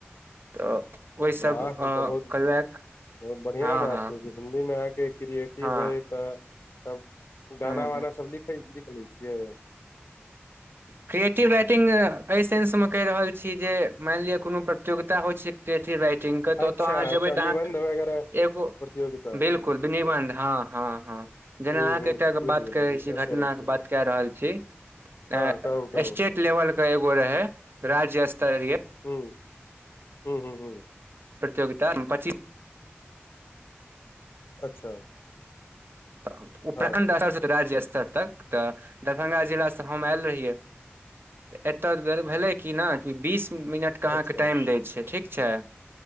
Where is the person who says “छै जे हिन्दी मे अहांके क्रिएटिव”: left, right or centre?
Left